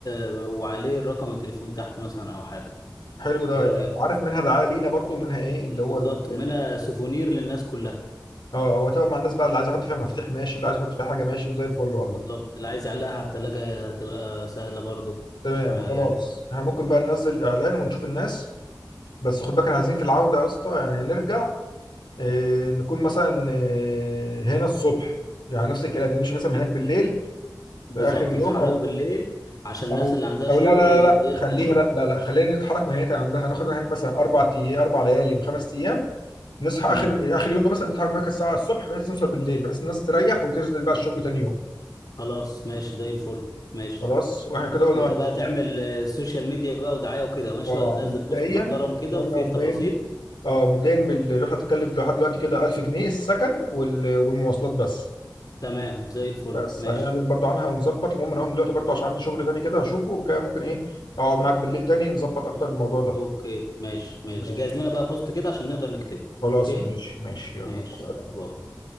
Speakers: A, on the left; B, on the left.
A: آه، وعليه الرقم التليفون تحت مثلا او حاجه
B: حلو ده
A: ايه رايك
B: يبقى عارف منها دعايه لينا برضو منها ايه اللي هو
A: بالظبط
B: ال-
A: ومنها سوفونير للناس كلها
B: اه وتبقى مع الناس بقى اللي عايز يحط فيها مفتاح ماشي اللي عايز يحط فيها حاجه ماشي وزي الفل والله
A: بالظبط اللي عايز يعلقها على التلاجة هتبقى سهله برضو
B: تمام
A: آه
B: خلاص
A: يعني
B: احنا ممكن بقى ننزل اعلان ونشوف الناس بس خد بالك احنا عايزين في العودة يا اسطى يعني نرجع آه، نكون مثلا آه، هنا الصبح يعني نفس الكلام نمشي مثلا من هناك بالليل
A: بالظبط
B: في آخر يوم
A: نتحرك
B: أو
A: بالليل عشان الناس
B: أو
A: اللي عندها
B: أو
A: شغل
B: لا لا
A: ي-
B: لا لا
A: يلحق
B: خليها
A: شغل
B: لا لا لا خلينا نتحرك من هناك يعني بس هناخد من هناك مثلا أربع أيام أربع ليالي وخمس أيام نصحى
A: مم.
B: آخر آخر يوم ده مثلا نتحرك من هناك الساعة الصبح بحيث نوصل بالليل بحيث الناس تريح وتنزل بقى الشغل تاني يوم
A: خلاص ماشي زي الفل ماشي
B: خلاص واحنا كده قلنا
A: انت
B: مبدئيا
A: بقى تعمل آه، السوشيال ميديا بقى ودعايه وكده ماشي
B: اه
A: وهتنزل
B: مبدئيا
A: بوست محترم كده
B: إحنا
A: وفيه
B: قلنا مبدئيا
A: التفاصيل
B: اه مبدئيا الرحله هتتكلف لحد دلوقتي كده 1000 جنيه السكن وال- والمواصلات بس
A: تمام زي الفل
B: بس
A: ماشي
B: هنعلن برضو عنها ونظبط المهم انا هقوم دلوقتي برضو عشان عندي شغل تاني كده هشوفه وكده ممكن ايه اقعد معاك بالليل تاني نظبط اكتر الموضوع ده
A: اوكي ماشي ماشي
B: ماشي
A: جهز لنا بقى بوست كده عشان نقدر نكتبه
B: خلاص
A: اوكي
B: ماشي ماشي يلا
A: ماشي
B: مع السلامة.
A: يلا باي